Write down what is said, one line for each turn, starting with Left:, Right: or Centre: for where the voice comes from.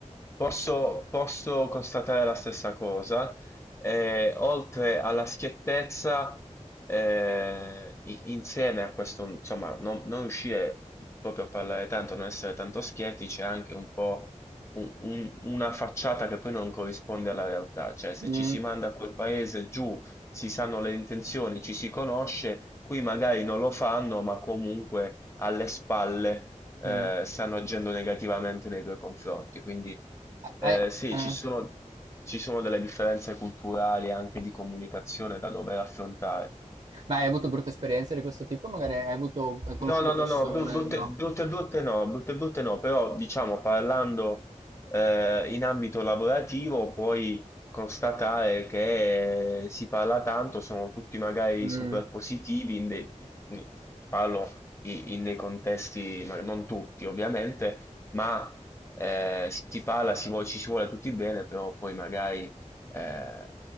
Left: Posso, posso constatare la stessa cosa. Eh, oltre alla schiettezza, eh, i- insieme a questo, insomma, non, non riuscire proprio a parlare tanto, non essere tanto schietti, c'è anche un po' un- un- una facciata che poi non corrisponde alla realtà. Cioè, se
Right: Mm,
Left: ci si manda a quel paese giù, si sanno le intenzioni, ci si conosce, qui magari non lo fanno, ma comunque alle spalle eh,
Right: mm.
Left: stanno agendo negativamente nei tuoi confronti. Quindi
Right: Ah,
Left: eh,
Right: hai-
Left: sì,
Right: eh.
Left: ci sono, ci sono delle differenze culturali e anche di comunicazione da dover affrontare.
Right: Ma hai avuto brutte esperienze di questo tipo? Magari hai avuto, hai conosciuto
Left: No, no, no,
Right: persone,
Left: no, bru- brutte,
Right: no?
Left: brutte, brutte no, brutte, brutte no, però diciamo parlando eh, in ambito lavorativo puoi constatare che eh, si parla tanto, sono tutti magari
Right: Mm,
Left: super positivi, in dei- in- parlo i- in, dei contesti, ma non tutti ovviamente, ma eh, si parla, si vuole- ci si vuole tutti bene, però poi magari eh,